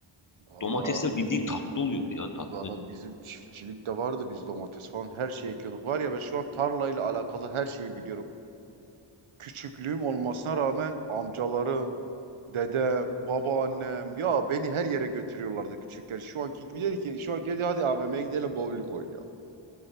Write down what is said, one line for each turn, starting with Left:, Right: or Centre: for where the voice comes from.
Right: Valla
Left: Domatesler bildiğin tatlı oluyordu ya tatlı.
Right: valla bizim çiftçilik de vardı biz domates falan her şeyi ekiyorduk. Var ya ben şu an tarlayla alakalı her şeyi biliyorum. küçüklüğüm olmasına rağmen amcalarım, dedem, babaannem ya beni her yere götürüyorlardı küçükken. Şu anki gibi dedi ki şu anki dedi hadi AVM'ye gidelim bowling oynayalım.